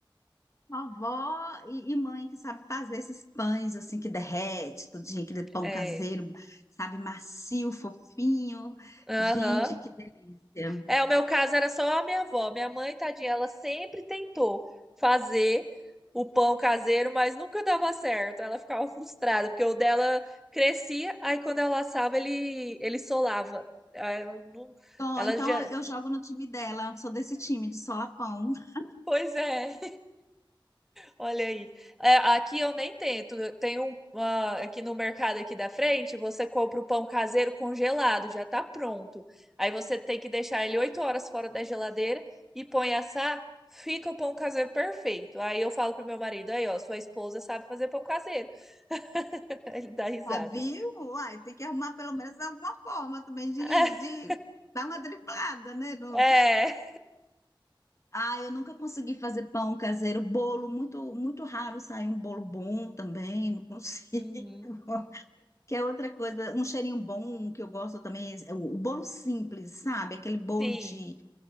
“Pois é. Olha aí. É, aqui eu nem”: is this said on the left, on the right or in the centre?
Centre